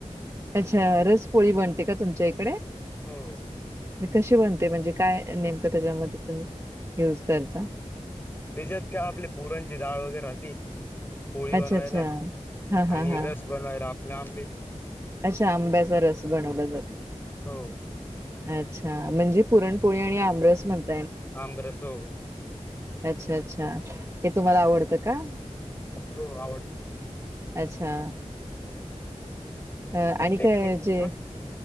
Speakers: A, on the right; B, on the left.
A: अच्छा रसपोळी बनते का तुमच्या इकडे
B: हो
A: म कशी बनते म्हणजे काय नेमकं त्याच्यामध्ये तुम्ही युज करता
B: त्याच्यात का आपली पुरणची डाळ वगैरे त पोळी
A: अच्छा
B: बनवायला
A: अच्छा हा
B: आणि
A: हा हा
B: रस बनवायला आपले आंबे
A: अच्छा आंब्याचा रस बनवला जातो
B: हो
A: अच्छा म्हणजे पुरणपोळी आणि आमरस म्हणत
B: आमंग रस हो
A: अच्छा अच्छा हे तुम्हाला आवडतं का
B: हो आवडत
A: अच्छा अ
B: तुमचे
A: आणि का
B: किती पूर्ण
A: जे